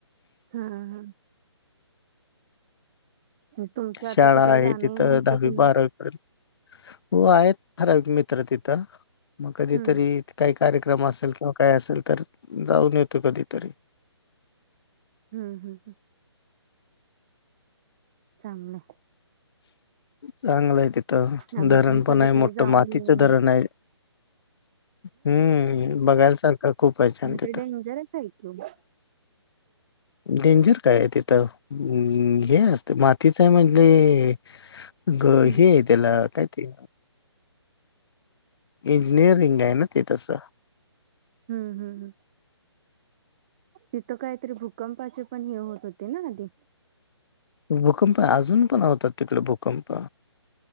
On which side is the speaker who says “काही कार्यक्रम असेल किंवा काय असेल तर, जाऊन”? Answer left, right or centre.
Left